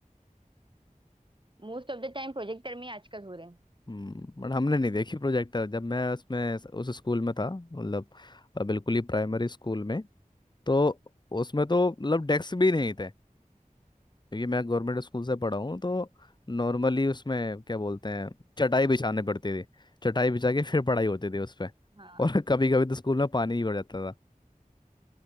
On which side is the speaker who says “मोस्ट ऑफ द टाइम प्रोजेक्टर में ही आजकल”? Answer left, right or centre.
Right